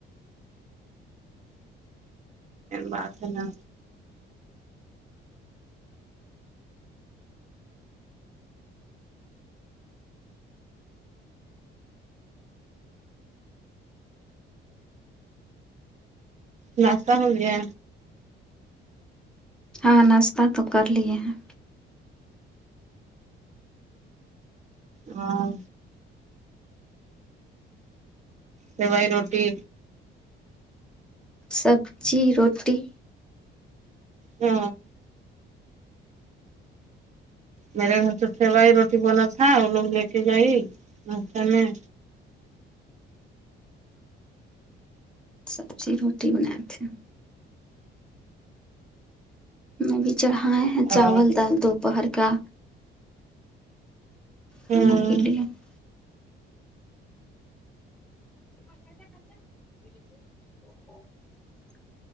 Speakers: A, on the right; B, in the centre.
A: بات ہے نا ناشتہ ہو گیا
B: ہاں ناشتہ تو کر لیے ہیں
A: ہاں سوائی روٹی
B: سبزی روٹی
A: ہ میرے گھر سے سیواائی روٹی بنا تھا وہ لوگ لے کے جائی ناشتہ میں
B: سب چیز روٹی بناے تھے اب بھی چڑھائے ہیں چاول
A: اور
B: دال دوپہر کا
A: ہاں
B: ہا کی لیے <unintelligible> <unintelligible>